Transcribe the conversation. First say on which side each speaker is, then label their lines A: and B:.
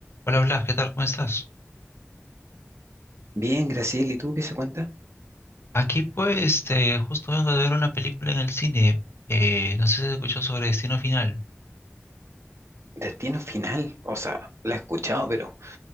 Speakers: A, on the left (about 55°); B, on the right (about 70°).
A: Hola Blas, ¿qué tal? ¿Cómo estás?
B: Bien, Graciela, ¿y tú qué se cuenta?
A: Aquí pues este, justo vengo de ver una película en el cine. Eh, no sé si has escuchado sobre Destino Final.
B: Destino Final, o sea, la he escuchado, pero